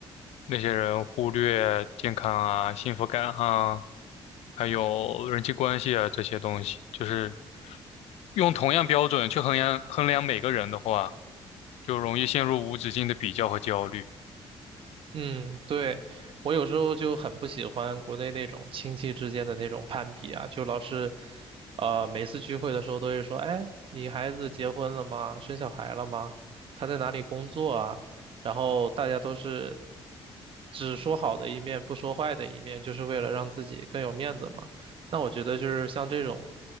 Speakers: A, on the left; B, on the right.
A: 那些人忽略健康啊、幸福感啊，还有人际关系啊这些东西，就是。用同样标准去衡量衡量每个人的话，就容易陷入无止境的比较和焦虑。
B: 嗯，对，我有时候就很不喜欢国内那种亲戚之间的那种攀比啊，就老是，呃，每次聚会的时候都会说，哎，你孩子结婚了吗？生小孩了吗？他在哪里工作啊？然后大家都是只说好的一面，不说坏的一面，就是为了让自己更有面子嘛。那我觉得就是像这种